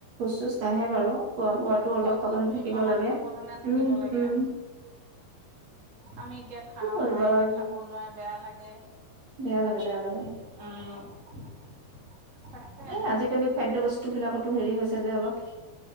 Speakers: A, on the right; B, on the right.
A: চোজ কাঢ়ে বাৰু খোৱা বোৱাতো
B: খোৱা
A: অলপ
B: বোৱাতটো
A: সাৱধান থাকিব
B: ইমান
A: লাগে।
B: সাৱধানে
A: উম,
B: থাকিব লাগে
A: উম।
B: আমি এতিয়া খাও
A: কি কৰিবা
B: মায়ে এতিয়া
A: আৰু
B: খাব নোৱাৰে বেয়া লাগে এ
A: বেয়া লাগে বেয়া লাগে।
B: উম তাকে
A: এ আজিকালি খাদ্য বস্তু বস্তুবিলাকতো হেৰি হৈছে যে অলপ